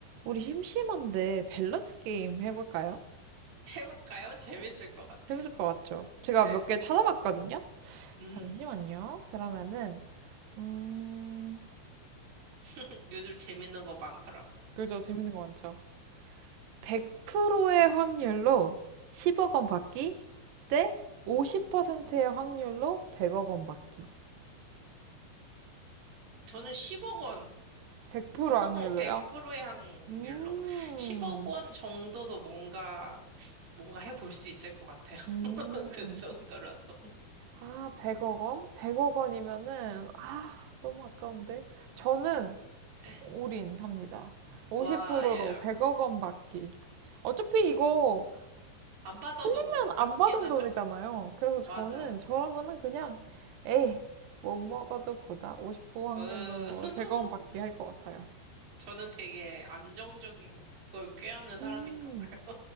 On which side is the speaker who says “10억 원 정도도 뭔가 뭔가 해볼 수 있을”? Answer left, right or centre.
Right